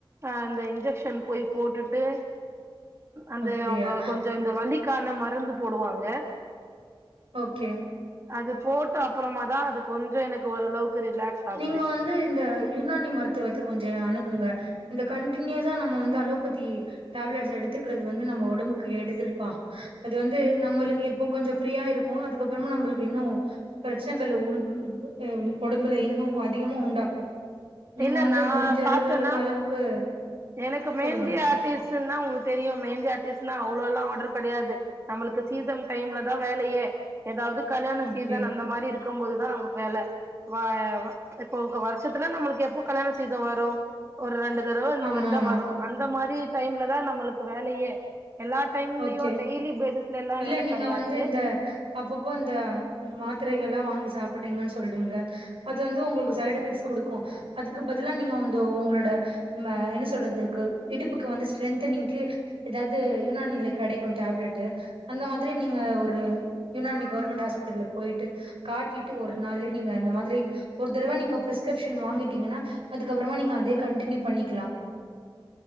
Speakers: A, on the right; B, on the right.
A: அ இந்த இன்ஜெக்ஷன் போய் போட்டுட்டு அந்த
B: அப்டியா
A: அவுங்க கொஞ்சோ இந்த வலிக்கான மருந்து போடுவாங்க
B: ஓகே
A: அது போட்ட அப்பறமா தா அது கொஞ்ச எனக்கு ஓரளவுக்கு ரிலாக்ஸ் ஆகுது
B: நீங்க வந்து இந்த யுனானி மருத்துவத்தை கொஞ்சோ அணுகுங்க இந்த கண்டினியூஸா நம்ம வந்து அலோபதி டேப்லெட்ஸ்ச எடுத்துக்கிறது வந்து நம்ம ஒடம்புக்கு எடுதல்ப்பா அது வந்து நம்மளுக்கு இப்ப கொஞ்ச ஃப்ரீயா இருக்கு அதுக்கப்பறமா நம்மளுக்கு இன்னு பிரச்சனைகள் உள் எ ஒடம்புல இன்னு அதிகமா உண்டாக்கு நீங்க
A: இல்ல
B: வந்து
A: நா
B: முடிஞ்ச அறிவுல
A: பாத்தேன்னா
B: அளவுக்கு
A: எனக்கு மெஹந்தி
B: சொல்லுங்க
A: ஆர்டிஸ்ட்னா உங்களுக்கு தெரியு மெஹந்தி ஆர்டிஸ்ட்னா அவ்ளோலா ஆட்ரு கெடையாது நம்மளுக்கு சீசன் டைம்ல தா வேலையே ஏதாவது கல்யாண
B: அப்டியா
A: சீசன் அந்த மாரி இரு க்கும் போதுதா நமக்கு வேல வ எ வா இப்போ வருஷத்துல நம்மளுக்கு எப்போ கல்யாண சீசம் வரு ஒரு ரெண்டு தடவ இந்த
B: ஆமா
A: மா
B: ஆமா
A: அந்த மாரி டைம்ல தா நம்மளுக்கு வேலயே எல்லா டைம்லயு
B: ஓகே
A: டெய்லி பேஸஸ்ல எல்லா
B: இல்ல
A: வேல
B: நீங்க
A: கெடையாது
B: வந்து இந்த அப்பப்போ இந்த மாத்திரைகள்லா வாங்கி சாப்பிட்றீங்கன்னு சொல்றீங்கல அது வந்து உங்களுக்கு சைட் எஃபெக்ட்ஸ் குடுக்கு அதுக்கு பதிலா‌ நீங்க வந்து உங்களோட ம என்ன சொல்றது கு இடுப்புக்கு வந்து ஸ்ட்ரென்தனிங்க்கு எதாது யுனானில கெடைக்கூ டேப்லெட்டு அந்த மாரி நீங்க ஒரு யுனானி கவர்மெண்ட் ஹாஸ் பிட்டல போயிட்டு காட்டிட்டு ஒரு நாளு நீங்க அந்த மாதிரி ஒரு தடவ நீங்க பிரிஸ்க்ரப்ஷன் வாங்கிட்டீங்கன்னா அதுக்கப்றமா நீங்க அதே கண்டினியூ பண்ணிக்கலா